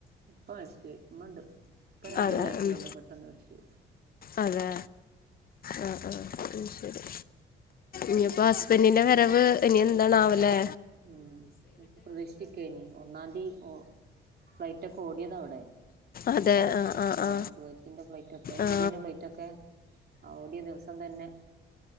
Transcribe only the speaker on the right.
ഉപ്പ മരിച്ചോയി ഇമ്മണ്ട് ഇപ്പ രണ്ട്
കൊല്ലം ആയിട്ടേ
ഉള്ളൂ പെട്ടെന്ന് മരിച്ചോയി
ഉം നമുക്ക് പ്രതീക്ഷിക്കേനി ഒന്നാംന്തി ഓ ഫ്ലൈറ്റ് ഒക്കെ ഓടിയതാവിടെ
ആഹ്
കുവൈറ്റിന്റെ ഫ്ലൈറ്റ് ഒക്കെ ഇന്ത്യന്റെ
ഫ്ലൈറ്റ് ഒക്കെ ആ ഓടിയ ദിവസം തന്നെ